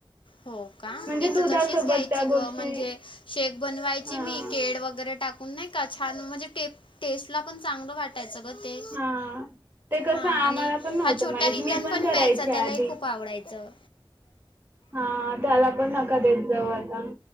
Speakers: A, on the left (about 65°); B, on the right (about 25°).
A: हो का
B: म्हणजे
A: मी
B: दुधासोबत
A: तर तशीच घ्यायची
B: त्या
A: ग
B: गोष्टी
A: म्हणजे शेक बनवायची
B: हा
A: मी केळ वगैरे टाक नाही का छान म्हणजे टेस्ट ला पण चांगलं वाटायचं ग ते.
B: हा ते कसं
A: हा
B: आम्हाला
A: आणि
B: पण नव्हतं
A: हा छोटा
B: माहित
A: रिटन
B: मी
A: पण
B: करायची
A: प्यायचा
B: आधी
A: त्यालाही खूप आवडायचं.
B: हा त्याला पण नका देत जाऊ आता.